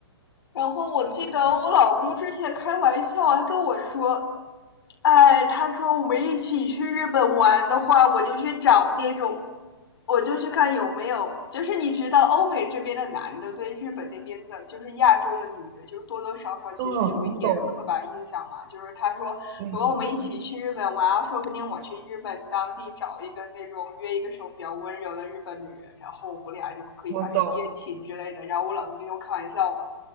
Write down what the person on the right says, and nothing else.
嗯，我懂。
对对对。
我懂，